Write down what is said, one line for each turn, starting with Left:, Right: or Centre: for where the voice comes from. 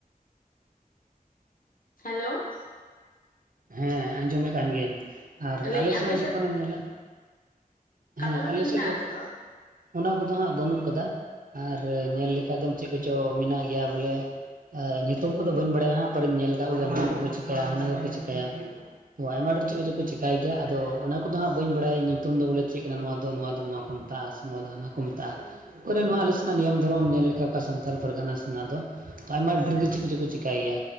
Left: ᱦᱮᱞᱳᱣ᱾
Right: ᱦᱮᱸ ᱟᱸᱡᱚᱢᱮᱜ ᱠᱟᱱ ᱜᱤᱭᱟᱹᱧ, ᱟᱨ
Left: ᱞᱟᱹᱭᱟᱹᱧ
Right: ᱟᱞᱮ ᱥᱮᱫ
Left: ᱟᱯᱮ
Right: ᱦᱚᱸ ᱡᱚᱠᱷᱚᱱᱮᱢ ᱧᱮᱞᱟ
Left: ᱠᱟᱫᱩ
Right: ᱦᱮᱸ
Left: ᱦᱴᱤ
Right: ᱟᱞᱮ
Left: ᱢᱮᱱᱟᱜᱼᱟ
Right: ᱥᱮᱫ ᱫᱚ
Left: ᱟᱥᱮ ᱵᱟᱝ?
Right: ᱚᱱᱟ ᱠᱚᱫᱚ ᱦᱟᱸᱜ ᱵᱟᱹᱱᱩᱜ ᱠᱟᱫᱟ ᱟᱨ ᱧᱮᱞ ᱞᱮᱠᱟᱱᱡ ᱫᱚ ᱪᱮᱫ ᱠᱚᱪᱚ ᱢᱮᱱᱟᱜ ᱜᱮᱭᱟ ᱵᱚᱞᱮ ᱧᱩᱛᱩᱢ ᱠᱚᱫᱚ ᱵᱟᱹᱭ ᱵᱟᱟᱭ ᱦᱟᱸᱜ ᱯᱟᱨᱮᱧ ᱧᱮᱞ ᱠᱫ ᱠᱚᱜᱮᱭᱟ ᱠᱚᱠᱚ ᱪᱤᱠᱟᱹᱭᱟ ᱦᱟᱱᱟ ᱠᱚ ᱪᱤᱜ ᱠᱟᱭᱟ ᱟᱭᱢᱟ ᱰᱷᱮᱨ ᱪᱮᱫ ᱪᱮᱠᱟᱭᱟ ᱜᱮᱭᱟ ᱟᱫᱚ ᱟᱱ ᱠᱚᱫᱚ ᱦᱟᱸᱜ ᱵᱟᱹᱧ ᱵᱟᱲᱟᱭᱟ ᱧᱩᱛᱩᱢ ᱫᱚ <unintelligible> ᱵᱚᱞᱮ ᱪᱮᱫ ᱠᱟᱱᱟ ᱱᱚᱣᱟ ᱫᱚ ᱱᱚᱣᱟ ᱫᱚ ᱱᱚᱣᱟ ᱠᱚ ᱢᱮᱛᱟᱜᱼᱟ ᱥᱮ ᱱᱚᱣᱟ ᱫᱚ ᱦᱟᱱᱟ ᱠᱚ ᱢᱮᱛᱟᱜᱼᱟ᱾ ᱯᱚᱨᱮ ᱱᱚᱣᱟ ᱟᱞᱮᱥᱱᱟᱜ ᱱᱤᱭᱚᱢ ᱫᱷᱚᱨᱚᱢ ᱧᱮᱞ ᱞᱮᱠᱷᱟᱱᱡ ᱚᱠᱟ ᱥᱟᱱᱛᱟᱞ ᱯᱟᱨᱜᱟᱱᱟ ᱨᱮᱱᱟᱜ ᱫᱚ ᱟᱭᱢᱟ ᱰᱷᱮᱨ ᱜᱮ ᱪᱮᱫ ᱠᱚ ᱪᱚ ᱪᱤᱠᱟᱹᱭ ᱜᱮᱭᱟ